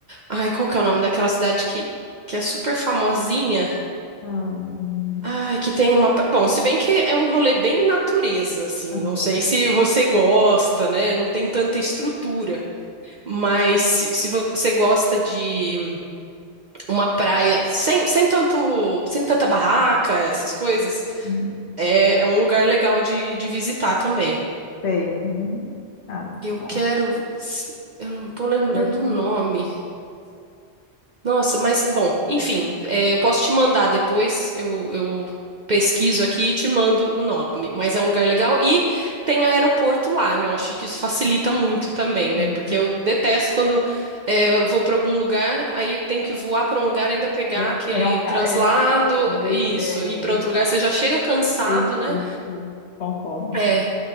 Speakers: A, on the right (about 45°); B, on the left (about 75°).
A: Ai, qual que é o nome daquela cidade que que é super famosinha?
B: Ah, hum,
A: Ai, que tem uma. pra- Bom, se bem que é um rolê bem natureza, assim.
B: aham,
A: Não sei se você gosta, né? Não tem tanta estrutura. Mas se, se você gosta de uma praia sem, sem tanto, sem tanta barraca, essas coisas,
B: hum,
A: é, é um lugar legal de, de visitar também.
B: sei. Uhum. Tá
A: Eu
B: bom.
A: quero. Eu não tô lembrando
B: Já tem.
A: o nome. Nossa, mas, bom, enfim, é, eu posso te mandar depois, eu, eu pesquiso aqui e te mando o nome, mas é um lugar legal e tem aeroporto lá, né? Eu acho que isso facilita muito também,
B: Sim,
A: né? Porque eu detesto quando é, eu vou para algum lugar, aí tem que voar para um lugar, ainda pegar
B: depois
A: aquele
B: pegar um carro.
A: translado,
B: Exato, às vezes
A: isso,
B: é,
A: e para outro
B: exato.
A: lugar você já chega cansado,
B: Isso,
A: né?
B: concordo.
A: É,